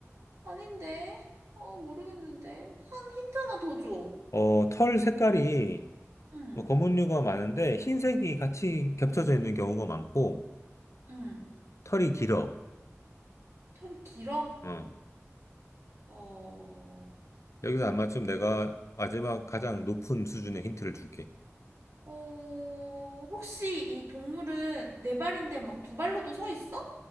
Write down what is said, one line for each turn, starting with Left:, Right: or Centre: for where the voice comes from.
Right: 아닌데? 어, 모르겠는데. 한 힌트 하나 더 줘.
Left: 어, 털 색깔이
Right: 응,
Left: 뭐 검은류가 많은데 흰색이 같이 겹쳐져 있는 경우가 많고
Right: 응.
Left: 털이 길어.
Right: 털이 길어?
Left: 어.
Right: 어,
Left: 여기서 아마 좀 내가 마지막 가장 높은 수준의 힌트를 줄게.
Right: 어, 혹시 이 동물은 네 발인데 막 두 발로도 서 있어?